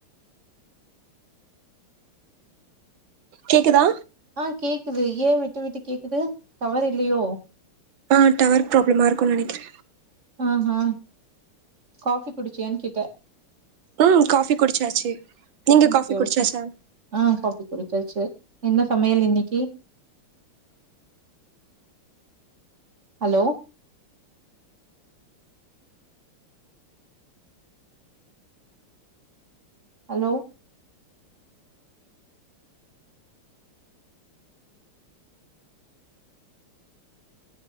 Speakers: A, on the right (about 65°); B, on the right (about 35°).
A: கேக்குதா
B: ஆ கேக்குது ஏ விட்டு விட்டு கேக்குது டவர் இல்லியோ
A: ஆ டவர் ப்ராப்ளமா இருக்குனு நெனைக்கற
B: ஆ ஹா காஃபி குடிச்சியான்னு கேட்ட
A: ஆ காஃபி குடிச்சாச்சு நீங்க
B: ஓகே
A: காஃபி குடிச்சாச்சா
B: ஓகே ஆ காஃபி குடிச்சாச்சு என்ன சமையல் இன்னிக்கி ஹலோ ஹலோ